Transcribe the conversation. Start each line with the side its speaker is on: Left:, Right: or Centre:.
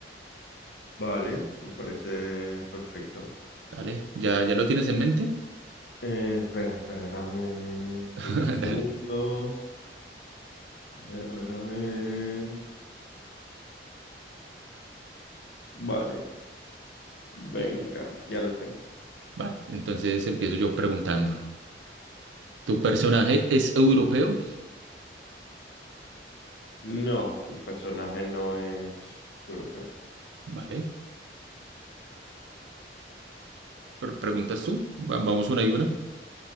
Left: Vale, me parece perfecto.
Right: Dale, ¿ya, ya lo tienes en mente?
Left: Eh, espera, espera, dame
Right: <laughs>
Left: 20 segundos.
Right: Dale.
Left: A ver, a ver, a ver. Vale, venga,
Right: Y-
Left: ya lo tengo.
Right: Vale, entonces empiezo yo preguntando. ¿Tu personaje
Left: Ok.
Right: es europeo?
Left: No, mi personaje no es europeo.
Right: Vale. Pre- ¿Preguntas tú? Va- Vamos una y una.